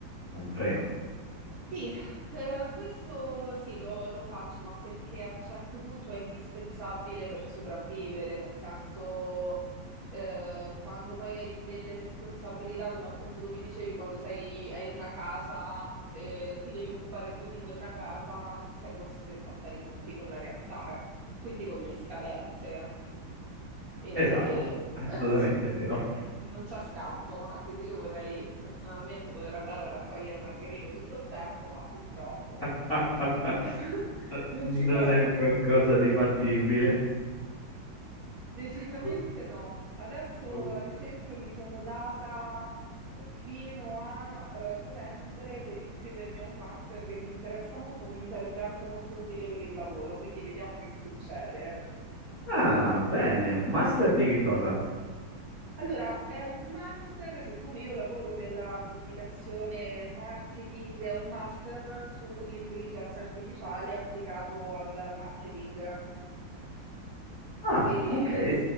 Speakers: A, on the left (about 40°); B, on the right (about 60°).
A: un freno.
B: sì, eh, questo sì lo, lo faccio, ma perché a un certo punto è indispensabile per sopravvivere, nel senso eh, quando poi hai delle responsabilità, come appunto tu mi dicevi, quando sei, hai una casa, eh, ti devi occupare tu di quella casa, sei costretto a fare i conti con la realtà, quindi con le scadenze. E
A: Esatto, assolutamente
B: <laughs>
A: vero.
B: non c'è scampo, anche se io vorrei personalmente poter andare a raccogliere margherite tutto il tempo, ma purtroppo
A: <laughs>
B: <laughs>
A: No-
B: non
A: Non
B: si può.
A: è qualcosa di fattibile.
B: Decisamente
A: Pur-
B: no. Adesso,
A: pur-
B: ad esempio, mi sono data fino a eh, novembre per iscrivermi a un master che mi interessa molto, che mi sarebbe anche molto utile per il lavoro, quindi vediamo che succede.
A: Ah, bene, un master di che cosa?
B: Allora, è un master, siccome io lavoro nella comunicazione e marketing, è un master sull'intelligenza artificiale applicato al marketing.
A: Ah,
B: E
A: ok.